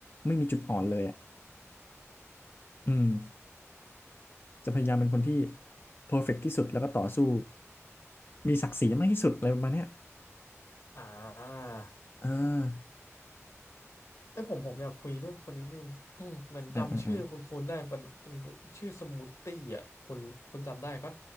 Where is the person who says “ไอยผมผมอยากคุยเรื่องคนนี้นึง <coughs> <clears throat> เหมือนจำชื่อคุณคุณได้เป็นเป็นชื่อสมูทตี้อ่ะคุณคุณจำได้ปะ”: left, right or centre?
Left